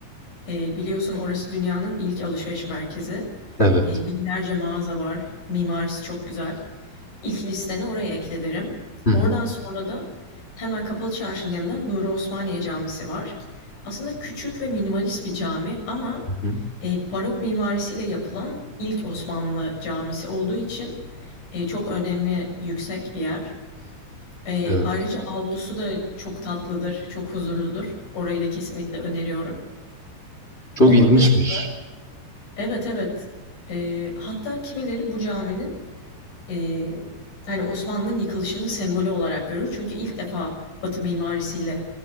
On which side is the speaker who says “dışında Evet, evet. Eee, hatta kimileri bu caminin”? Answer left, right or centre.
Left